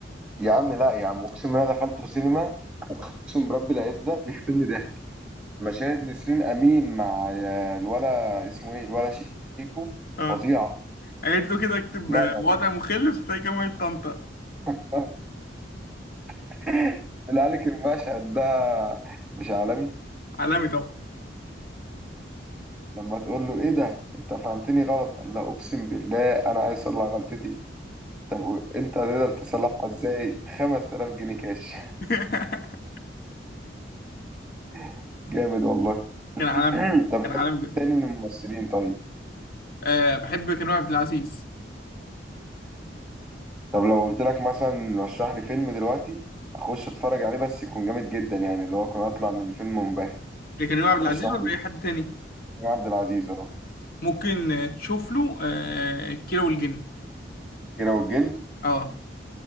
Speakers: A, in the centre; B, on the left.
A: يا عم لا يا عم اقسم بالله دخلت سينما اقسم برب العز ده بيقتلني <laughs> ضحك مشاهد نسرين امين مع آه، الولا اسمه ايه الولا شيكو
B: اه
A: فظيعه
B: قالت له كده اكتب
A: لا
B: آه،
A: لا
B: وضع مخل في جامعه طنطا
A: لا <laughs> اللي قالك المشهد ده مش عالمي
B: عالمي طبعا
A: لما تقول له ايه ده انت فهمتني غلط قال لا اقسم بالله انا عايز اصلح غلطتي طب انت هتقدر تصلحها ازاي 5000 جنيه كاش
B: <laughs>
A: <laughs> جامد والله <clears throat>
B: كان عالمي
A: انت بتحب
B: كان عالمي بجد
A: مين تاني من الممثلين طيب
B: أه بحب كريم عبد العزيز
A: طب لو قلت لك مثلا رشح لي فيلم دلوقتي اخش اتفرج عليه بس يكون جامد جدا يعني اللي هو اكون اطلع من الفيلم منبهر
B: لكريم عبد
A: ترشح
B: العزيز ولا
A: لي
B: أي حد تاني
A: كريم عبد العزيز اهو
B: ممكن آه، تشوف له أه كيرة والجن
A: كيرة والجن
B: اه